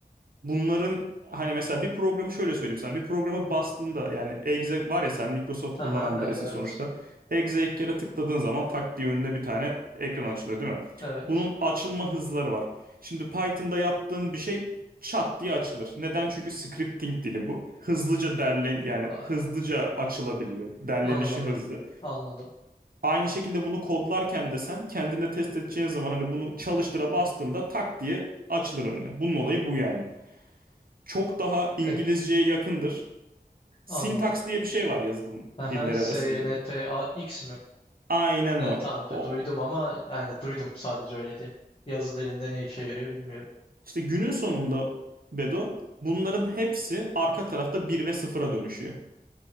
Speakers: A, on the right; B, on the left.
A: Bunların hani mesela bir programı şöyle söyleyeyim sana. Bir programı bastığında yani Exe var ya sen Microsoft
B: Hı
A: kullanan
B: hı. Evet
A: birisin
B: evet.
A: sonuçta. Exe ilk kere tıkladığın zaman tak diye önüne bir tane ekran açılıyor değil mi?
B: Evet.
A: Bunun açılma hızları var. Şimdi Python'da yaptığın bir şey çat diye açılır. Neden? Çünkü scripting dili bu. Hızlıca derlen yani
B: A-
A: hızlıca açılabiliyor. Derlenişi
B: Anladım.
A: hızlı.
B: Anladım.
A: Aynı şekilde bunu kodlarken de sen kendinde test edeceğin zaman hani bunu çalıştıra bastığında tak diye açılır önüne. Bunun olayı bu yani çok daha İngilizceye
B: Eh,
A: yakındır. Syntax
B: anladım.
A: diye bir şey var yazılım
B: Aha,
A: dilleri
B: SYNTAX
A: arasında.
B: mi?
A: Aynen
B: E,
A: o.
B: tamam işte
A: O.
B: duydum ama yani duydum sadece öyle diyeyim. Yazı dilinde ne işe yarıyor bilmiyorum.
A: İşte günün sonunda Bedo bunların hepsi arka tarafta bir ve sıfıra dönüşüyor.